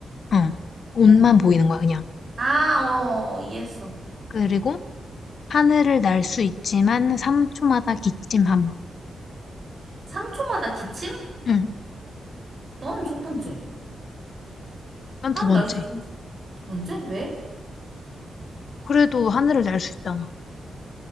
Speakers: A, on the left (about 55°); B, on the right (about 40°).
A: 응. 옷만
B: 어.
A: 보이는 거야, 그냥.
B: 아, 어, 이해했어.
A: 그리고 하늘을 날 수 있지만 3초마다 기침함.
B: 3초마다 기침?
A: 응.
B: 넌 첫 번째.
A: 난
B: 하는
A: 두 번째.
B: 날씨 지면두 번째? 왜?
A: 그래도 하늘을 날 수 있잖아.